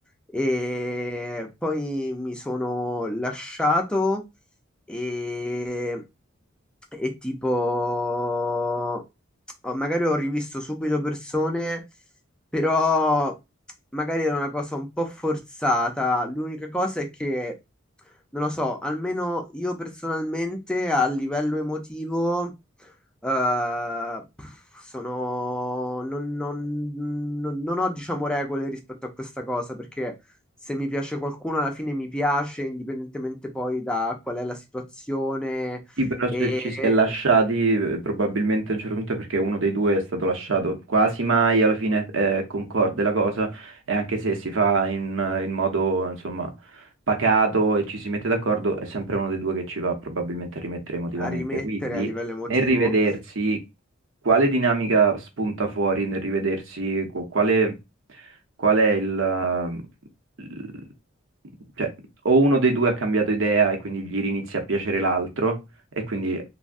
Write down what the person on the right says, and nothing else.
Sì, però
se ci si è lasciati, eh, probabilmente a un certo punto è perché uno dei due è stato lasciato. Quasi mai alla fine eh, concorde la cosa, e anche se si fa in, eh, in modo, insomma, pacato e ci si mette d'accordo, è sempre uno dei due che ci va probabilmente a rimettere emotivamente.
Quindi,
nel rivedersi, quale dinamica spunta fuori nel rivedersi? Qu- Quale, qual è il... eh, il- cioè, o uno dei due ha cambiato idea e quindi gli inizia a piacere l'altro e quindi